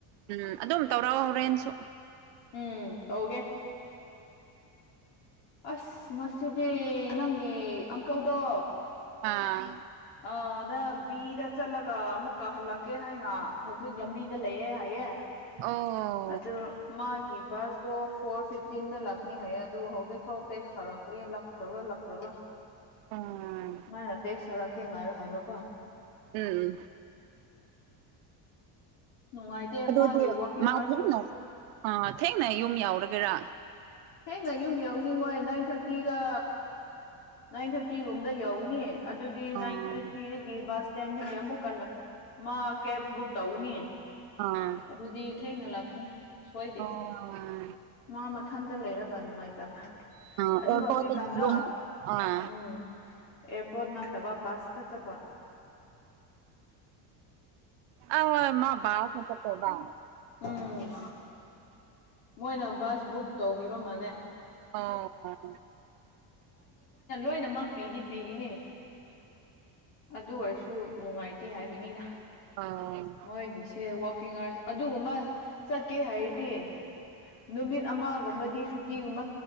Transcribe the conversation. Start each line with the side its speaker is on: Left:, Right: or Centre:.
Right: ꯎꯝ ꯑꯗꯨꯝ ꯇꯧꯔꯛꯑꫭ ꯍꫭꯔꯦꯟꯁꯨ
Left: ꯎꯝ ꯇꯧꯒꯦ ꯑꯁ ꯉꯁꯤꯗꯤ ꯅꯪꯒꯤ ꯑꯪꯀꯜꯗꯣ
Right: ꯑꯥ
Left: ꯑꯗ ꯕꯤꯗ ꯆꯠꯂꯒ ꯑꯃꯨꯛꯀ ꯍꯜꯂꯛꯀꯦ ꯍꯥꯏꯅ ꯍꯧꯖꯤꯛ ꯂꯝꯕꯤꯗ ꯂꯩꯌꯦꯦ ꯍꯥꯏꯌꯦꯦ
Right: ꯑꯣ
Left: ꯑꯗ ꯃꯥꯒꯤ ꯕꯁꯗꯣ ꯐꯣꯔ ꯐꯤꯐꯇꯤꯟꯗ ꯂꯥꯛꯅꯤ ꯍꯥꯏ ꯑꯗꯨ ꯍꯧꯖꯤꯛꯐꯥꯎ ꯇꯦꯛꯁ ꯊꯧꯔꯛꯇ꯭ꯔꯤ ꯂꯥꯛꯇ꯭ꯔꯕ꯭ꯔꯥ ꯂꯥꯛꯇ꯭ꯔꯕ꯭ꯔꯥ
Right: ꯎꯝ
Left: ꯃꯥꯅ ꯇꯦꯛ ꯁꯥꯔꯛꯀꯦ ꯉꯥꯏꯌꯣ ꯍꯥꯏꯕꯀꯣ
Right: ꯎꯝ ꯎꯝ
Left: ꯅꯨꯡꯉꯥꯏꯇꯦ
Right: ꯑꯗꯨꯗꯤ
Left: ꯃꯥꯒꯤ ꯋꯥꯛꯀꯤꯡ
Right: ꯃꯥ
Left: ꯑꯥꯔꯁꯨ
Right: ꯊꯦꯡꯅ ꯑꯥ ꯊꯦꯡꯅ ꯌꯨꯝ ꯌꯥꯎꯔꯒꯦꯔꯥ
Left: ꯍꯦꯡꯅ ꯌꯨꯝ ꯌꯎꯅꯤꯡꯉꯣꯏ ꯅꯥꯏꯟ ꯊꯥꯔꯇꯤꯗ ꯅꯥꯏꯟ ꯊꯥꯔꯇꯤꯒꯨꯝꯕꯗ ꯌꯧꯅꯦ ꯑꯗꯨꯗꯤ
Right: ꯑꯣ
Left: ꯅꯥꯏꯟ ꯊꯥꯔꯇꯤꯗꯒꯤ ꯕꯁ ꯁ꯭ꯇꯦꯟꯗꯒꯤ ꯑꯃꯨꯛ ꯀꯜꯂ ꯃꯥ ꯀꯦꯕ ꯕꯨꯛ ꯇꯧꯅꯤ
Right: ꯑꯥ
Left: ꯑꯗꯨꯗꯤ ꯊꯦꯡꯅ ꯂꯥꯛꯀꯅꯤ ꯁꯣꯏꯗꯦ
Right: ꯑꯣ
Left: ꯃꯥ ꯃꯊꯟꯇ ꯂꯩꯔꯒ ꯅꯨꯡꯉꯥꯏꯇꯕ
Right: ꯑ
Left: ꯑꯗꯨ
Right: ꯑꯣ
Left: ꯍꯧꯖꯤꯛꯀꯥꯟꯗꯣ
Right: ꯐꯥꯎꯠꯇ ꯔꯝ ꯑ
Left: ꯎꯝ ꯑꯦꯄꯅꯠꯇꯕ ꯁꯇ ꯆꯄꯥ
Right: ꯑ ꯃꯥ ꯁ ꯆꯠꯇꯕ
Left: ꯎꯝ ꯃꯣꯏꯅ ꯕꯁ ꯕꯨꯛ ꯇꯧꯕꯤꯕ ꯃꯥꯜꯂꯦ
Right: ꯑꯣ ꯑꯣ
Left: ꯑꯩꯅ ꯃꯥ ꯄꯤꯗꯤ ꯄꯤꯒꯅꯤ ꯑꯗꯨ ꯑꯣꯏꯔꯁꯨ ꯅꯨꯡꯉꯥꯏꯇꯦ ꯍꯥꯏꯕꯅꯤꯗ
Right: ꯑꯣ
Left: ꯑꯩꯒꯤꯁꯦꯀꯤꯡ ꯑꯔ ꯑꯗꯨꯒꯨꯝꯕ ꯆꯠꯀꯦ ꯍꯥꯏꯔꯗꯤ ꯅꯨꯃꯤꯠ ꯑꯃꯒꯨꯝꯕꯗꯤ ꯁꯨꯇꯤꯒꯨꯝꯕ